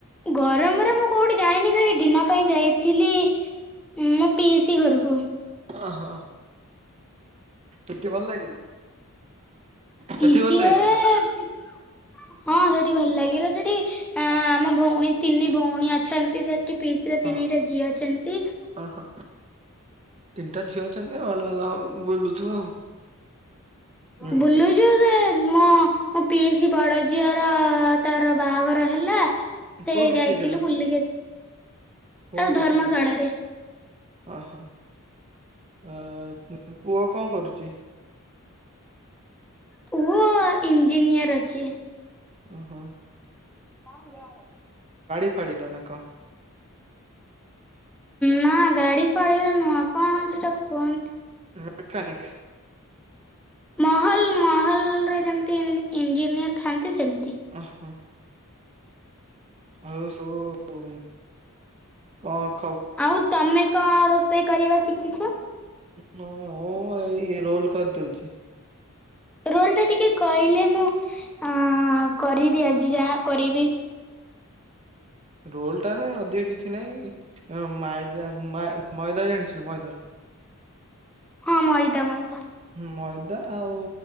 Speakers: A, in the centre; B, on the right.
A: ଗରମରେ ମୁଁ କୋଉଠି ଯାଇନି ଖାଲି ଦିନ ପାଇଁ ଯାଇଥିଲି ମୁ ପିଇସି ଘରକୁ।
B: ଓହୋ ଟିକେ ଭଲ ଲାଗିଲା
A: ପିଇସୀ
B: ସେଠି ଭଲ ଲାଗିଲା
A: ଘରେ
B: ତ?
A: ହଁ ସେଠି ଭଲ ଲାଗିଲା ସେଠି ହଁ ଆମ ଭଉଣୀ ତିନି ଭଉଣୀ ଅଛନ୍ତି ସେଠି ପିଇସୀ ର ତିନିଟା
B: ହଁ
A: ଝିଅ ଅଛନ୍ତି।
B: ଓହୋ ତିନିଟା ଝିଅ ଅଛନ୍ତି ଭଲ ବୁଲୁଥିବ ଆଉ। ହୁଁ
A: ବୁଲୁଛୁ ସେ ମୋ ମୋ ପିଇସି ବଡ଼ ଝିଅର ତାର ବାହାଘର ହେଲା ସେ
B: କୋଉଠି
A: ଯାଇଥିଲୁ
B: ଠିକ ହେଲା
A: ବୁଲିକି ଆସି
B: କୋଉଠି
A: ତାର ଧର୍ମଶାଳାରେ
B: ଠିକ ହେଲା ଓହୋ ଆ ପୁଅ କଣ କରୁଚି?
A: ପୁଅ ଇଞ୍ଜିନିୟର ଅଛି।
B: ଓ ହୋ
A: <unintelligible>
B: ଖାଳିିଲ ନା କ
A: ନା ଗାଡି ଫାଳିରେ ନୂଆ କଣ ସେଟା କୁହ
B: ମେକାନିକ୍
A: ମହଲ ମହଲ ରେ ଯେମିତି ଇ ଇଞ୍ଜିନିୟର ଥାନ୍ତି ସେମ
B: ଓହୋ ଆଉ ସବୁ କ
A: ଆଉ ତମେ କଣ ରୋଷେଇ କରିବା ଶିଖିଛ?
B: ମୁଁ ଏଇ ରୋଲ କରି ଦଉଛି।
A: ରୋଲ ଟା ଟିକେ କହିଲେ ମୁଁ ଅ କରିବି ଆଜି ଯାହା କରିବି
B: ରୋଲ ଟା ରେ ଅଧିକ କିଛି ନାହିଁ। ହ ମାଇଦା ମ ମଇଦା ଜାଣିଛ ମଇଦା
A: ହଁ ମଇଦା ମଇଦା
B: ମଇଦା ଆଉ